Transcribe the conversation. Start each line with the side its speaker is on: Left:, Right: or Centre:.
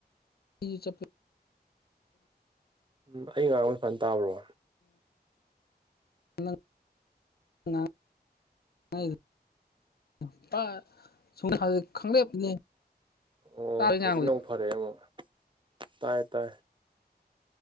Left: ꯑꯩꯒꯤꯁꯨ ꯆꯞꯄꯦ꯫
Right: ꯎꯝ ꯑꯩ ꯉꯥꯡꯕ ꯐꯟ ꯇꯥꯕ꯭ꯔꯣ꯫
Left: <inaudible> <unintelligible>
Right: ꯑꯣ
Left: ꯇꯥꯕ꯭ꯔ ꯑꯩ
Right: ꯍꯧꯖꯤꯛꯅ
Left: ꯉꯥꯡꯕꯗꯣ
Right: ꯑꯃꯨꯛ ꯐꯔꯦꯑꯦ ꯑꯃꯨꯛ ꯇꯥꯏ ꯇꯥꯏ꯫